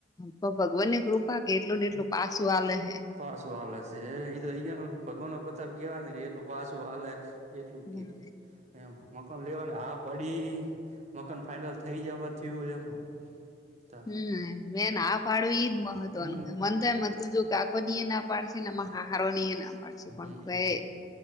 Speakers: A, on the left; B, on the right.
A: હ ભગવાન ની કૃપા કે એટલું ને એટલું પાસું આલે હે
B: પાસું આલે શે એ તો અહીયા ન ભગવાન નો પ્રતાપ કેવાય ને કે એટલું પાસું આલે એટલું
A: હમ
B: કીધ એ મકાન લેવાને હા પડી ડમકાન ફાઈનલ થઇ જવાથી થયુ હોય એમ તાર
A: હમ બે ના પાડુ ઈજ મહત્વનું
B: હમ
A: મન તો એ હતુ કાકોજી એ ના પાડશે નેમાં હાહારો એ ના પછી પણ
B: હમમ
A: કઈ